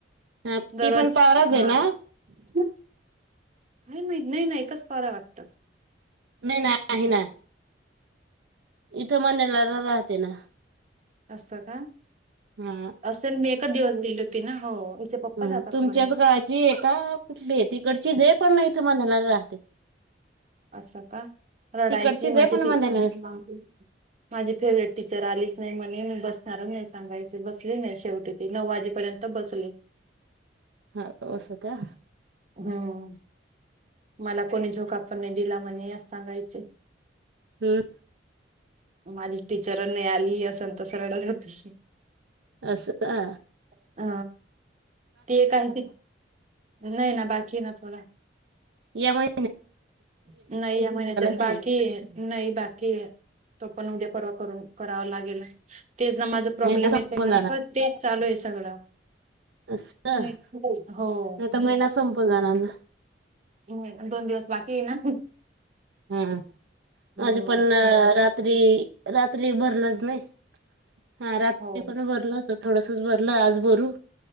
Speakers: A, on the right; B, on the right.
A: हा
B: दररोज
A: ती पण पावराच
B: हा
A: आहे ना
B: का नाही नाही नाही एकच फार वाटत
A: नाही नाही आहे ना इथं मनणार राहते ना
B: असं का
A: हा
B: असेल मी एकच दिवस दिली होती ना हो हिचे पप्पा
A: ह
B: जातात
A: तुमच्याच
B: मला
A: गावाची आहे का कुठली आहे तिकडची जे पण नाही इथं मंधणार राहते
B: असं का रडायची
A: तिकडचीच
B: माझी
A: आहे पण
B: पी
A: मंदनाला
B: माझी फेवरेट टीचर आलीच नाही म्हणे मी बस असणार नाही सांगायच बसले नाही शेवटी ते नऊ वाजेपर्यंत बसले
A: हा स का
B: हम्म मला कोणी झोका पण नाही दिला म्हणे या सांगायचे
A: हम्म
B: माझी टीचरनी आली असंत सरडत होती
A: असं का
B: अ ते काही नाही ना बाकी ना थोडा
A: यामुळे
B: नाही या महिन्याच्या
A: का
B: बाकी
A: नाही
B: नाही बाकी तो पण उद्या पररवात कराव लागेल तेच ना माझ प्रॉब्लेम
A: महिना संपून
B: येत नर चालू आहे सगळं
A: अस तर
B: नाही हो
A: महिना संपून जाणारना
B: हम् दोन दिवस बाकी ये ना
A: हम्म
B: हं.
A: माझे पण रात्री रात्री भरलाच नाही हा रात्री
B: हो.
A: पण भरला होत थोडसच भर म्हटल आज भरू